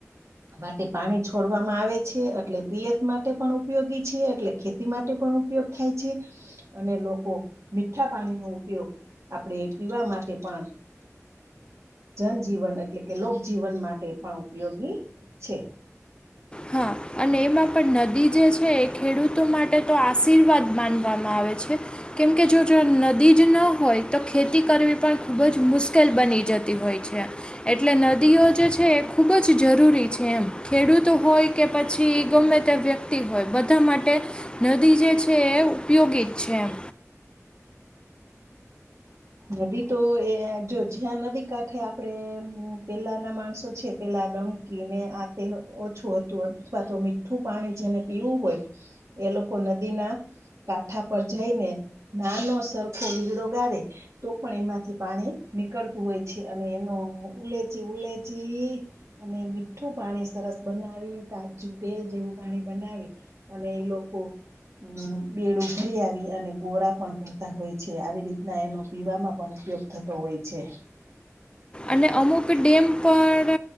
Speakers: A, on the right; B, on the left.
A: માટે પાણી છોડવામાં આવે છે અથ એટલે પિયત માટે પણ ઉપયોગી છે એટલે ખેતી માટે પણ ઉપયોગ થાય છે. અને લોકો મીઠા પાણીનો ઉપયોગ આપણેે પીવા માટે પણ જનજીવન એટલે કે લોકજીવન માટે પણ ઉપયોગી છે.
B: હા અને એમાં પણ નદી જે છે એ ખેડૂતો માટે તો આશીર્વાદ માનવામાં આવે છે. કેમકે જો જો નદી જ ન હોય તો ખેતી કરવી પણ ખુબ જ મુશ્કેલ બની જતી હોય છે. એટલે નદીઓ જે છે એ ખૂબ જ જરૂરી છે એમ ખેડૂત ડુતો હોય કે પછી ગમે તે વ્યક્તિ હોય બધા માટે નદી જે છે એ ઉપયોગી જ છે એમ
A: નદી તો એ જો જ્યાં નદી કાંઠે આપણે પેલા ના માણસો છે પેલા ડં કી ને આ તે ઓછું હતું અથવા તો મીઠું પાણી જેને પીવું હોય. એ લોકો નદીના કાંઠા પર જઈને નાનો સરખો વીરડો ગાડે તો પણ એમાંથી પાણી નીકળતું હોય છે અને એનો ઉલેચી ઉલેચી અને મીઠું પાણી સરસ બનાવી તાજું તેલ જેવું પાણી બનાવી અને એ લોકો હમ બેડું ભરી આવી અને ગોરા પણ ભરતા હોય છે આવી રીતના એનો પીવામાં પણ ઉપયોગ થતો હોય છે.
B: અને અમુક ડેમ પણ